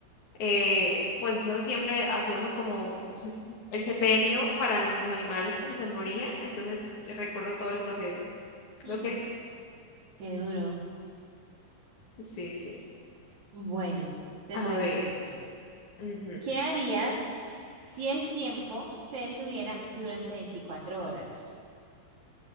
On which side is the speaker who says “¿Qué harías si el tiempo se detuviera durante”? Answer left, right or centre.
Right